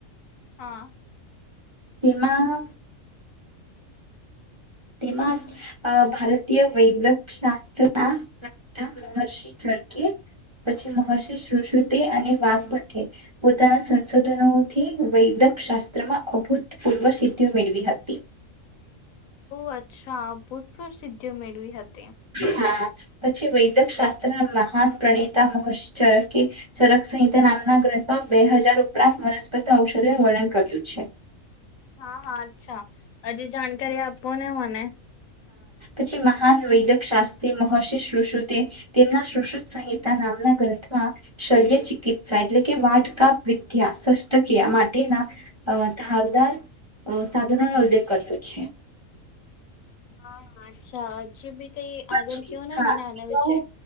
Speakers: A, on the left (about 80°); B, on the right (about 25°).
A: હા
B: તેમાં તેમાં ભારતીય વૈદક શાસ્ત્રના પ્ર મહર્ષિ ચરકે પછી મહર્ષિ સુશ્રુતે અને વાઘભટ્ટઠે પોતાના સંશોધનોથી વૈદક શાસ્ત્રમાં અભૂતપૂર્વ સિદ્ધિ મેળવી હતી
A: કચ્છા ભૂતપૂર સિદ્ધિઓ મેળવી હતી
B: હા પછી વૈદક શાસ્ત્રના મહાન પ્રણીતા મહર્ષિ ચરકે ચરક સંહિતા નામના ગ્રંથમાં બે હજાર ઉપરાંત વનસ્પતિ ઔષધોનું વર્ણન કર્યું છે
A: હા હા અચ્છા હજી જાણકારી આપો ને હું મને
B: પછી મહાન વૈદક શાસ્ત્રી મહર્ષિ શશ્રુતે તેમના શશ્રુત સંહિતા નામના ગ્રંથમાં શલ્ય ચિકિત્સા એટલે કે વાડ કા વિધ્યાાસ શસ્ત્રક્રિયા માટેના ધારદાર સાધનોનોો ઉલ્લેખ કર્યો છે
A: હા હા અચ્છા હજીબી કઈ આગળ
B: પછી
A: કયોો ને
B: હા
A: મને આના
B: તેનો
A: વિશે